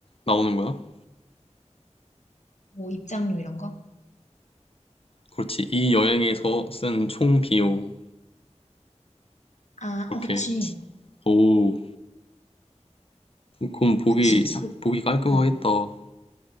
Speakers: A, on the left; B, on the left.
A: 나오는 거야?
B: 뭐, 입장료 이런 거?
A: 그렇지. 이 여행에서 쓴 총 비용.
B: 아,
A: 이렇게.
B: 어, 그치.
A: 오, 그럼 보기,
B: 그치. 그-
A: 보기 깔끔하겠다.
B: 어,